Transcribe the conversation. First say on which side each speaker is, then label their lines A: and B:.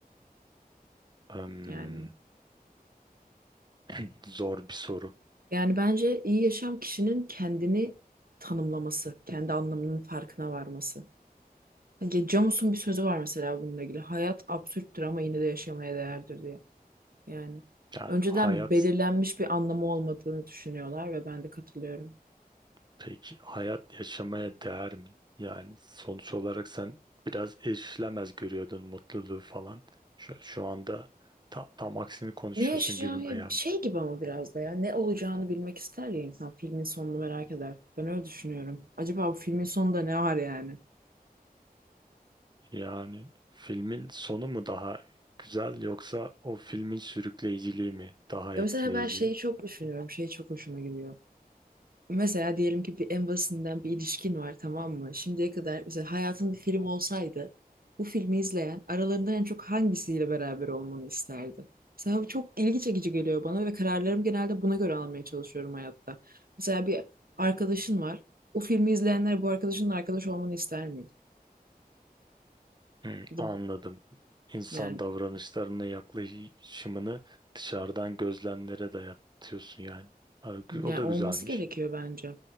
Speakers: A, on the right; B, on the right.
A: Hmm,
B: Yani
A: <clears throat> zor bir soru.
B: yani bence iyi yaşam kişinin kendini tanımlaması, kendi anlamının farkına varması. Ya Camus'un bir sözü var mesela bununla ilgili. Hayat absürttür ama yine de yaşamaya değerdir diye. Yani
A: Yani
B: önceden
A: hayat
B: belirlenmiş bir anlamı olmadığını düşünüyorlar ve ben de katılıyorum.
A: Peki hayat yaşamaya değer mi? Yani sonuç olarak sen biraz erişilemez görüyordun mutluluğu falan. Şu, şu anda ta- tam aksini konuşuyorsun
B: Ne yaşayacağını
A: gibime
B: ya-
A: geldi. Yani
B: şey gibi ama biraz da ya ne olacağını bilmek ister ya insan filmin sonunu merak eder. Ben öyle düşünüyorum. Acaba bu filmin sonunda ne var yani?
A: Yani filmin sonu mu daha güzel yoksa o filmin sürükleyiciliği mi daha
B: Ya
A: etkileyici?
B: mesela ben şeyi çok düşünüyorum. Şey çok hoşuma gidiyor. Mesela diyelim ki bir en basitinden bir ilişkin var tamam mı? Şimdiye kadar mesela hayatın bir film olsaydı bu filmi izleyen aralarından en çok hangisiyle beraber olmanı isterdi? Mesela bu çok ilgi çekici geliyor bana ve kararlarımı genelde buna göre almaya çalışıyorum hayatta. Mesela bir arkadaşın var. O filmi izleyenler bu arkadaşının arkadaş olmanı ister miydi?
A: Hı,
B: Ya da
A: anladım. İnsan
B: Yani
A: davranışlarına yaklaşımını dışarıdan gözlemlere dayatıyorsun yani. Abi, gü-
B: Ya
A: O da
B: olması
A: güzelmiş.
B: gerekiyor bence.